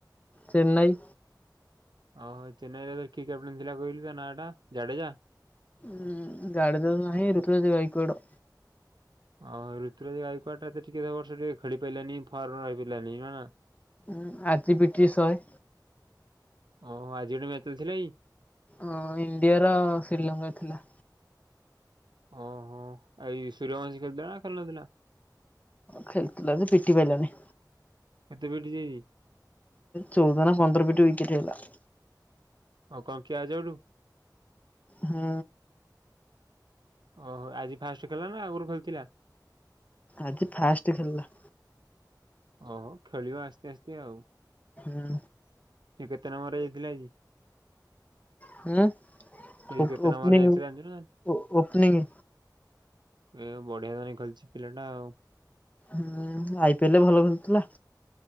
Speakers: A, on the left (about 20°); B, on the right (about 85°).
A: ଚେନ୍ନାଇ।
B: ଓହୋ ଚେନ୍ନାଇରେ କି କ୍ୟାପଟେନ୍ ଥିଲା କହିଲୁ ତା ନାଁ ଟା ଜାଡେଜା?
A: ହଁ ଗାଡିତ ନାହିଁ ଭାଇ ଋତୁ ସହ ଯାଇଛି କୁଆଡ।
B: ହଉ ଋତୁରାଜ ୱାଲ୍ଡକପ ତ ଟିକେଦେଖିକି ଏବର୍ଷ ଟିକେ ଖେଳି ପାରିଲାନି ଫର୍ମ ରେ ରହିଁପାରିଲାନି ମା ମା?
A: ହୁଁ ଆଜି ପିଠି ଶହେ।
B: ଓହୋ ଆଜି ଗୋଟେ ମ୍ୟାଚ ଥିଲା କି?
A: ଅ ଇଣ୍ଡିଆର ଶ୍ରୀଲଙ୍କା ଥିଲା।
B: ଓହୋ ଏଇ ସୂର୍ଯ୍ୟଭଞ୍ଜ ଖେଳୁଥିଲା ନା ଖେଳୁନଥିଲା?
A: ଖେଳୁଥିଲା ଯେ ପିଟି ପାଇଲାନି।
B: କେତେ ପିଟିଚି ଆଜି?
A: ଚଉଦ ନା ପନ୍ଦର ୱିକେଟ୍ ହେଲା।
B: ଆଉ କଣ କ୍ୟାଚ ଆଉଟ୍?
A: ହଁ।
B: ଓହୋ ଆଜି ଫାଷ୍ଟ ଖୋଲିଲା ନା ଆଗରୁ ଖେଳିଥିଲା।
A: ଆଜି ଫାଷ୍ଟ ଖେଳିଲା।
B: ଓହୋ ଖେଳିବ ଆସ୍ତେ ଆସ୍ତେ ଆଉ
A: ହୁଁ।
B: ସେ କେତେ ନମ୍ୱର ରେ ଜିତିଲା ଆଜି?
A: ହୁଁ
B: ସେଇ କେତେ
A: ଓପନି
B: ନମ୍ବରରେ ଯାଇଥିଲା ଜାଣିଛୁ ନା?
A: ଓପନିଂ
B: ଏ ବଢିଆ ଜାଇ ଖେଳିଛି ପିଲାଟା ଆଉ।
A: ହୁଁ ଆଇପିଏଲ ଭଲ ଖେଳୁଥିଲା।